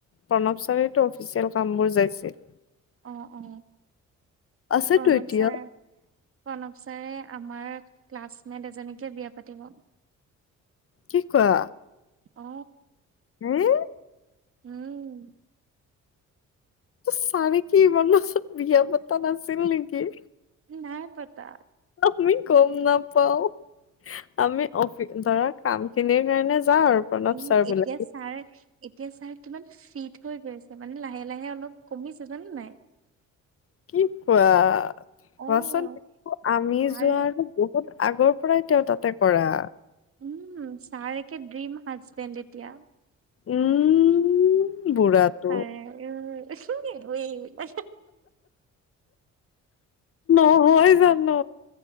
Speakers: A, on the left; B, on the right.
A: প্ৰণৱ ছাৰতো অফিচিয়েল কামবোৰ যাইছিল।
B: অ অ।
A: আছেটো
B: প্ৰণৱ
A: এতিয়া।
B: ছাৰ প্ৰণৱ ছাৰে আমাৰ। ক্লাছমেট এজনীকে বিয়া। পাতিব
A: কি কোৱা।
B: অ।
A: হে।
B: উম।
A: চাৰে কি মানে বিয়া পতা নাচিল নেকি?
B: নাই পাতা
A: আমি গম নাপাওঁ আমি অফি ধৰা কাম খিনিৰ কাৰণে যাওঁ আৰু প্ৰণৱ
B: এহ
A: ছাৰ বোলে
B: এতিয়া ছাৰ এতিয়া ছাৰ কিমান ফিট হৈ গৈছে মানে লাহে লাহে অলপ কমিছে জানা নাই
A: কি কোৱা
B: অ',
A: বচোন আমি
B: ছাৰ
A: যোৱা বহুত অ আগৰ পৰাই তেওঁ তাতে কৰা
B: উম ছাৰ একে ড্ৰিম হাজবেণ্ড এতিয়া
A: উম
B: ছাৰে
A: বুঢ়াটো
B: <unintelligible> <unintelligible> <unintelligible>
A: হয় জানো